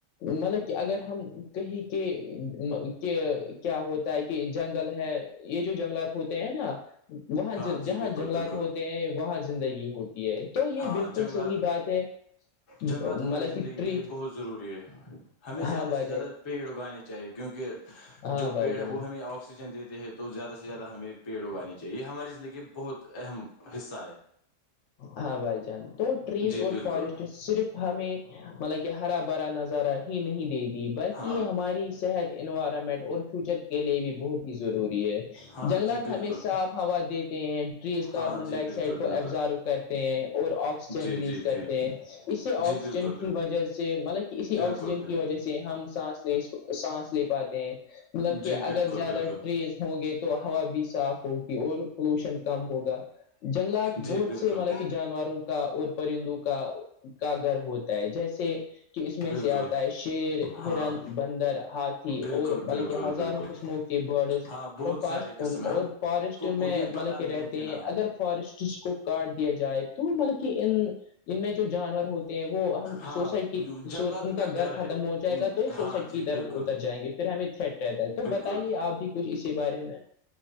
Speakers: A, on the left; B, on the left.
A: مطلب کہ اگر ہم کہیں کے کیا ہوتا ہے کہ جنگل ہے یہ جو جنگلات ہوتے ہیں نا وہاں
B: ہاں جی
A: جہاں
B: بالکل
A: جنگلات
B: بالکل
A: ہو وہاں زندگی ہوتی ہے تو یہ
B: ہاں
A: بالکل
B: جنگلات
A: صحیح بات ہے مطلب
B: جنگلات ہماری زندگی
A: کہ ٹری
B: کے لیے بہت ضروری ہے ہمیں
A: ہاں
B: زیادہ
A: بھائی
B: سے زیادہ
A: جان
B: پیڑ اگانے چاہیے کیونکہ
A: ہاں
B: جو
A: بھائی
B: پیڑ ہے
A: جان
B: وہ ہمیں آکسیجن دیتے ہیں تو زیادہ سے زیادہ ہمیں پیڑ اگانے چاہیے یہ ہماری زندگی بہت اہم حصہ ہے
A: ہاں بھائی جان تو ریز
B: جی
A: اور
B: بالکل
A: فارسٹ صرف ہمیں مطلب کہ ہرا بھرا نظارہ ہی نہیں دیتی بلکہ
B: ہاں
A: یہ ہماری صحت انوائرمنٹ اور فیوچر کے لیے بھی بہت ہی ضروری ہے
B: ہاں
A: جنگلات
B: جی بالکل
A: ہمیں صاف ہوا دیتے ہیں ٹریز کاربن
B: ہاں جی
A: ڈائی آکسائڈ
B: بالکل
A: کو
B: بالکل
A: ایبزارو کرتے ہیں اور آکسیجن
B: جی
A: ریلیز
B: جی جی
A: کرتے ہیں اس سے آکسیجن
B: جی بالکل بالکل
A: کی وجہ سے مطلب کہ اسی
B: بالکل
A: آکسیجن
B: بال
A: کی وجہ سے ہم سانس ل سانس لے پاتے ہیں مطلب کہ
B: جی
A: اگر
B: بالکل
A: زیادہ
B: بالکل
A: ٹریز ہوں گے تو ہوا بھی صاف ہوگی اور پولوشن ہوگا جنگلات
B: جی
A: بہت
B: بالکل
A: سے ملا کہ جانوروں کا اور پرندوں کا کا گھر ہوتا ہے جیسے کہ اس میں
B: بالکل
A: سے آتا ہے شیر ہرن
B: ہاں
A: بندر ہاتھی
B: بالکل
A: اور مطلب
B: بالکل بالکل
A: کہ ہزاروں
B: بالکل
A: قسموں برڈ
B: ہاں بہت
A: اور ف
B: سارے قسم ہے
A: اور
B: ہم
A: فارسٹ
B: کو
A: میں
B: اتنے
A: مطلب
B: پتہ
A: کہ
B: نہیں ہے
A: رہتے
B: ان کے
A: ہیں
B: نام
A: اگر فارسٹس کو کاٹ دیا جائے تو مطلب کہ ان ان میں جو جانور ہوتے ہیں وہ ہم
B: ہاں
A: سوسائٹ کی
B: جنگلات
A: ان کا گھر ختم
B: ہے ان،
A: ہو جائے گا تو یہ سوسائٹ
B: ہاں
A: کی
B: جی
A: طرف
B: بالکل
A: اتر جائیں گے پھر ہمیں تھریٹ رہتا ہے تو
B: بالکل
A: بتائیے آپ بھی کچھ اسی بارے میں